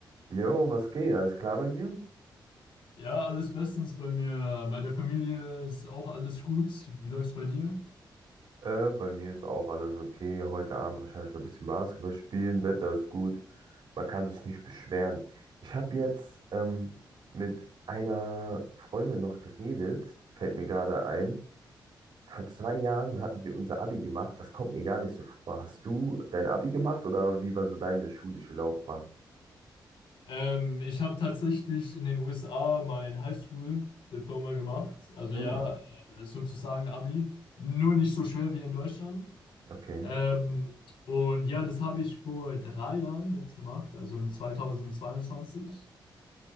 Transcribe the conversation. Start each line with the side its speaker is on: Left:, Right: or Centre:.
Right: Jo, was geht? Alles klar bei dir?
Left: Ja, alles bestens bei mir. Bei der Familie ist auch alles gut. Wie läuft's bei dir?
Right: Äh, bei mir ist auch alles okay. Heute Abend wahrscheinlich noch ein bisschen Basketball spielen. Wetter ist gut. Man kann sich nicht beschweren. Ich habe jetzt ähm, mit einer Freundin noch geredet. Fällt mir gerade ein. Vor zwei Jahren hatten wir unser Abi gemacht. Das kommt mir gar nicht so vor. Hast du dein Abi gemacht oder wie war so deine schulische Laufbahn?
Left: Ähm, ich habe tatsächlich in den USA mein Highschool-Diploma gemacht. Also
Right: Hm,
Left: ja, äh, sozusagen Abi. Nur nicht so schwer wie in Deutschland.
Right: okay.
Left: Ähm, und ja, das habe ich vor drei Jahren jetzt gemacht, also in 2022.